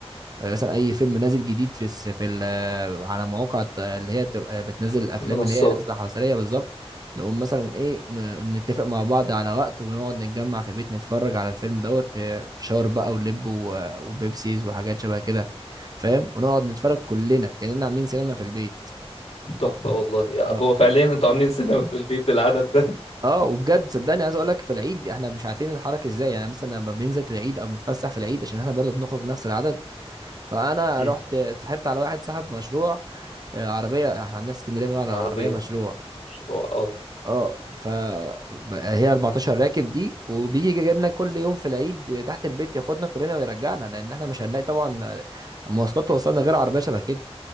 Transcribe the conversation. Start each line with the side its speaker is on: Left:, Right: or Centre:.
Right: مثلا اي فيلم نازل جديد في الس... في ال... على مواقع الت- اللي هي بتبقى بتنزل الافلام
Left: منصات
Right: اللي هي نازله حصريه بالظبط نقوم مثلا ايه ن- نتفق مع بعض على وقت ونقعد نتجمع في بيت نتفرج على الفيلم دوت اه، فشار بقى ولب و- وبيبسيز وحاجات شبه كده فاهم ونقعد نتفرج كلنا كأننا عاملين سينما في البيت
Left: تحفة والله
Right: آه.
Left: هو فعليا أنتوا عاملين سينما في البيت بالعدد ده <laughs>
Right: اه وبجد صدقني عايز اقول لك في العيد احنا مش عارفين نتحرك ازاي يعني مثلا لما بننزل في العيد او بنتفسح في العيد عشان احنا برضه بنخرج نفس العدد فانا
Left: مم.
Right: رحت اتصاحبت على واحد صاحب مشروع آه، عربيه احنا عندنا في اسكندريه بنقول على
Left: عربية
Right: العربيه مشروع
Left: مشروع اه
Right: اه ف ب- هي 14 راكب دي وبيجي جاي لنا كل يوم في العيد تحت البيت ياخدنا كلنا ويرجعنا لان احنا مش هنلاقي طبعا مواصلات توصلنا غير عربيه شبه كده